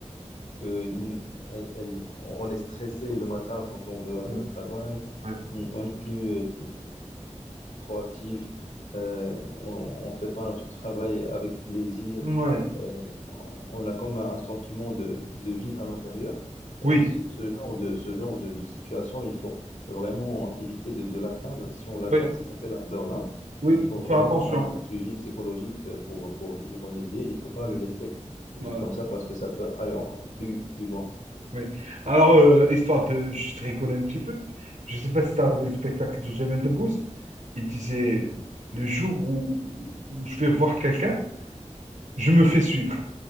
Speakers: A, on the left; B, on the right.
A: que il- elle- elle- on est stressé le matin quand on veut aller
B: mhm.
A: au travail.
B: Ouais.
A: On n'est plus euh, proactif, euh, on ne fait pas notre travail avec plaisir,
B: Mmh, Ouais.
A: euh, on a comme un sentiment de, de vide à l'intérieur.
B: Oui,
A: Euh, ce, ce genre de, ce genre de, de situation, il faut vraiment éviter de, de l'atteindre. Si on l'atteint,
B: oui,
A: ça s'appelle un burn-out.
B: oui,
A: Il faut
B: faut
A: vraiment
B: faire attention.
A: un vrai suivi psychologique pour, pour y remédier. Il ne faut pas
B: Ouais.
A: le laisser juste
B: Voilà,
A: comme ça parce que ça peut aller encore plus, plus loin.
B: oui. Alors, euh, histoire de juste rigoler un petit peu, je ne sais pas si tu as vu le spectacle de Jamel Debbouze, il disait, le jour où, où je vais voir quelqu'un, je me fais suivre.